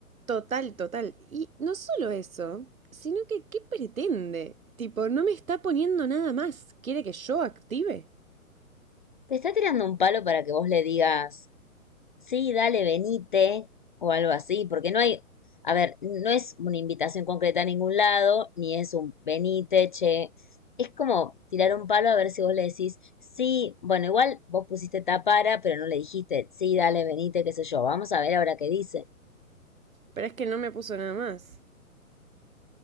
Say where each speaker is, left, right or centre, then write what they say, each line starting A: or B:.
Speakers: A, on the right; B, on the left.
A: total, total. Y no solo eso, sino que ¿qué pretende? Tipo, no me está poniendo nada más. ¿Quiere que yo active?
B: Te está tirando un palo para que vos le digas, sí, dale, venite, o algo así, porque no hay, a ver, no es una invitación concreta a ningún lado, ni es un venite, che. Es como tirar un palo a ver si vos le decís, sí, bueno, igual vos pusiste tapara, pero no le dijiste, sí, dale, venite, qué sé yo, vamos a ver ahora qué dice.
A: Pero es que no me puso nada más.